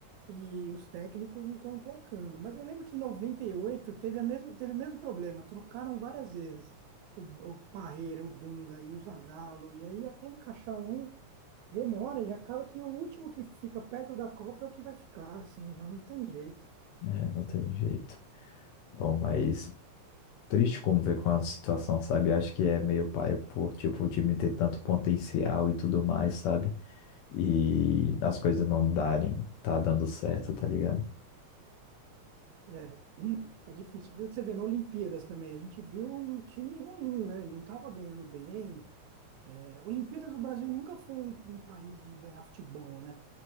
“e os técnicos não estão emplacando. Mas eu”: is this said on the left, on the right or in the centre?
Right